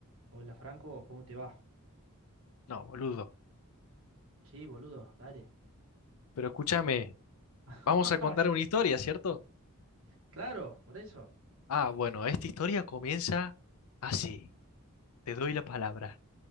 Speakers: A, on the right (about 70°); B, on the left (about 80°).
A: Hola Franco, ¿cómo te va?
B: No, boludo.
A: Sí, boludo, dale.
B: Pero escúchame,
A: <laughs>
B: vamos a contar una historia, ¿cierto?
A: Claro, por eso.
B: Ah, bueno, esta historia comienza así. Te doy la palabra.